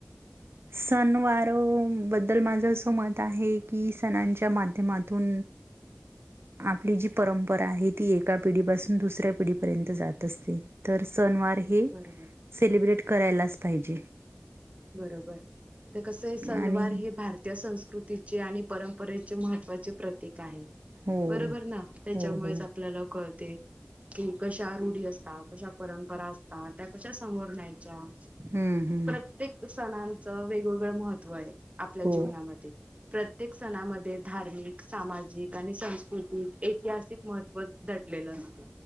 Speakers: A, on the right; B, on the right.
A: सण वारो बद्दल माझं असं मत आहे की सणांच्या माध्यमातून
B: <inaudible>
A: आपली जी परंपरा आहे ती एका पिढीपासून दुसऱ्या पिढी पर्यंत जात असतील तर सणं वार हे
B: बरोबर
A: सेलिब्रेट करायलाच पाहिजे.
B: बरोबर आता कस आहे सणवार
A: आणि
B: हे भारतीय संस्कृ स्कृतीचे आणि परंपरेचे महत्त्वाचे प्रतीक आहे.
A: हो
B: बरोबर ना त्याच्यामुळेच
A: हो हो
B: आपल्याला कळ कि कशा रूढी असतात कशा परंपरा असतात त्या कशा समोर न्यायच्या
A: हम्म हम्म
B: प्रत सणांच वेगवेगळं महत्व आहे आपल्या
A: हो
B: जीवनामध्ये प्रत्येक सणामध्ये धार्मिक सामाजिक आणि संस्कृतिक ऐतिहासिक महत्त्व दडलेलं असतय